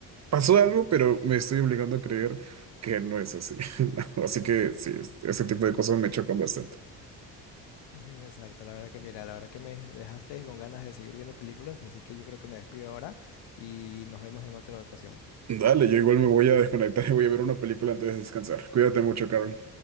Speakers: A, on the right; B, on the left.
A: pasó algo, pero me estoy obligando a creer que no es así. <laughs> No, Así que sí, es- ese tipo de cosas me chocan bastante.
B: Ujú, Exacto, la verdad que mira, la verdad que me dejaste con ganas de seguir viendo películas, así que yo creo que me despido ahora y nos vemos en otra ocasión.
A: Dale, yo igual me voy a desconectar y voy a ver una película antes de descansar. Cuídate mucho, Carol.